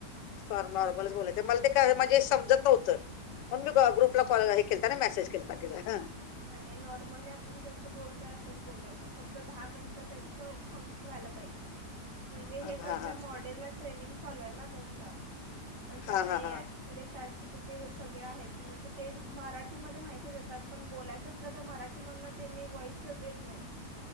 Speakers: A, on the left (about 85°); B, on the right (about 80°).
A: नॉर्मल
B: असं काही
A: बोलायच
B: नाही
A: मला ते काय म्हणजे समजत नव्हतं म्हणून मी
B: हा
A: ग्रुप ला हे केलथा मेसेज केेलता तिला हा.
B: नाही - नाही. नॉर्मली आपण जसं बोलतय असंच बोलायचं फक्त दहा मिनिटं त्यांचं कंप्लीट व्हायला पाहिजे. <unintelligible> म्हणजे हे
A: हां
B: कसं
A: हां
B: मॉडेल ला ट्रेनिंग चालू आहे ना त्यांच्या म्हणजे
A: हां
B: आता
A: हां
B: ए
A: हां
B: चाट जी पीटी हे सगळे आहेत, म्हणजे ते मराठीमध्ये माहिती देतात. पण बोलायचं असलं तर मराठीमधन त्यांनी वॉइस देत नाही.